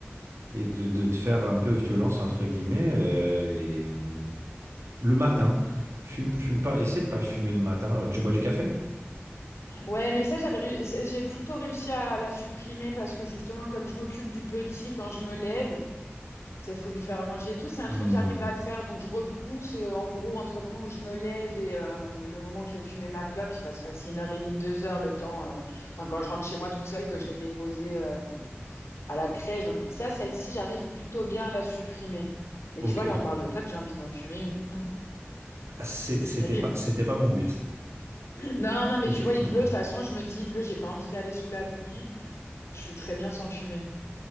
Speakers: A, on the right; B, on the left.
A: et de, de te faire un peu violence, entre guillemets, euh, et hum, le matin. Fume, fume pas, essaie de pas fumer le matin. Euh, Tu bois du café?
B: Ouais, mais ça, j'avais, réu- c'est- j'ai plutôt réussi à la supprimer parce que justement, comme je m'occupe du petit quand je me lève, il faut lui faire à manger et tout. C'est un
A: Hmm,
B: truc, j'arrive à le faire. Donc, je repousse, euh, en gros, entre le moment où je me lève et euh, le moment où je vais fumer ma clope, il va se passer une heure et demie, deux heures, le temps, euh, enfin, quand je rentre chez moi toute seule, que je l'ai déposée euh, à la crèche. Donc, ça, celle-ci, j'arrive plutôt bien à la supprimer. Mais
A: ok.
B: tu vois, là, on parle de clope, j'ai envie d'en fumer une.
A: C'est-
B: C'est
A: C'était
B: terrible.
A: pas, c'était pas mon but,
B: Non, non, mais
A: effectivement.
B: tu vois, il pleut. De toute façon, je me dis, il pleut, j'ai pas envie d'aller sous la pluie. Je suis très bien sans fumer